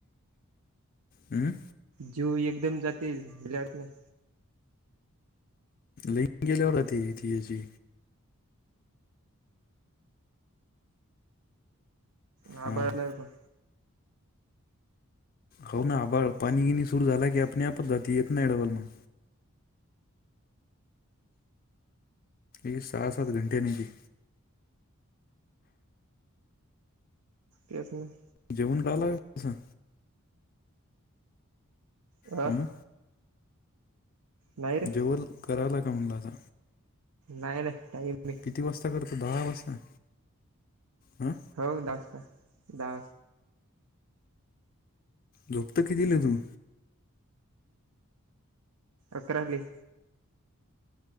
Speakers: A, on the left; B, on the right.
A: हमं
B: जीव एकदम जाते भल्या वाटत नाही
A: ल गेले हो राती त जी
B: हा
A: हां
B: बल्यार पण
A: हो ना आबा पाणी गिणी सुरू झाला की आपण आपच जाती येत ना डवल मग एक सहा सात घंटे नाही ती
B: पस नाही
A: जेवण का लाग तसं
B: आ
A: हम्म
B: नाही रे
A: जेवल करायला का म्हणलाता
B: नाही नाही टाईम
A: किती वाजता करतो दहा वाजता हं
B: हो द द
A: झोपत कितीलं तू
B: अकराली